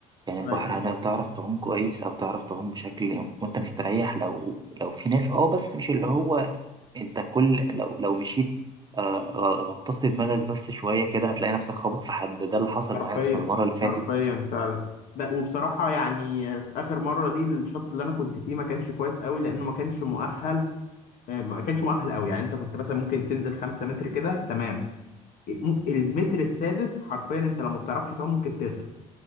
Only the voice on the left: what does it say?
أيوة.
حرفيا
حرفيا فعلا ب- وبصراحة يعني في آخر مرة دي الشوط اللي أنا كنت فيه ما كانش كويس قوي لأنه ما كانش مؤهل آه، ما كانش مؤهل قوي يعني أنت كنت مثلا ممكن تنزل خمسة متر كده تمام الم- المتر السادس حرفيا أنت لو ما بتعرفش تعوم ممكن تغرق